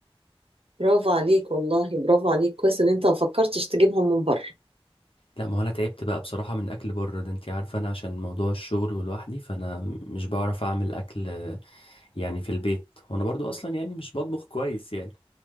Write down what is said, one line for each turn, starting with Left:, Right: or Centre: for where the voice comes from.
Right: برافو عليك والله برافو عليك كويس ان انت ما فكرتش تجيبهم من بره
Left: لا ما هو انا تعبت بقى بصراحة من اكل بره ده انتي عارفة انا عشان موضوع الشغل ولوحدي فانا مش بعرف اعمل اكل آه، يعني في البيت وانا برضو اصلا يعني مش بطبخ كويس يعني